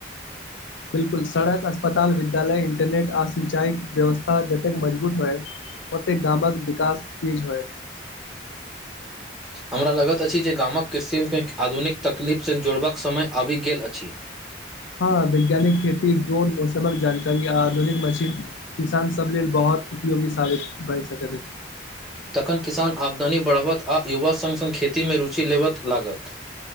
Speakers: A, on the left; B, in the centre.
A: बिलकुल सड़क अस्पताल विद्यालय इंटरनेट आ सिंचाई व्यवस्था जतेक मजबूत होएत ओतेक गामक विकास तीज होय
B: हमरा लगैत अछि जे गामक कृषि के आधुनिक तकलीफ से जोड़बाक समय आबि गेल अछि
A: हँ वैज्ञानिक खेती जोन मौसमक जानकारी आ आधुनिक मशीन किसान सब लेल बहुत उपयोगी साबित बनि सकैत अछि
B: तखन किसान आमदनी बढ़बत आ युवा सङ्ग सङ्ग खेतीमे रुचि लेबय लागत